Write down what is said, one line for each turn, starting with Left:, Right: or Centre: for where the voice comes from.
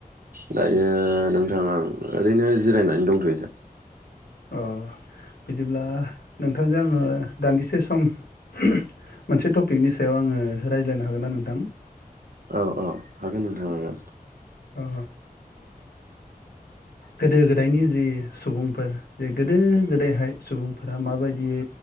Right: दायो नोंथां आं ओरैनो जिरायनानै दंथ'यो सार ।
Left: अ बिदिब्ला नों नोंथांजों आङो दान्दिसे सम मोनसे टपिकनि सायाव आङो रायज्लायनो हागोन ना नोंथां।
Right: औ औ हागोन नोंथां हागोन।
Left: ओ गोदो गोदायनि जि सुबुंफोर जे गोदो गोदायहाय सुबुंफोरा माबायदियै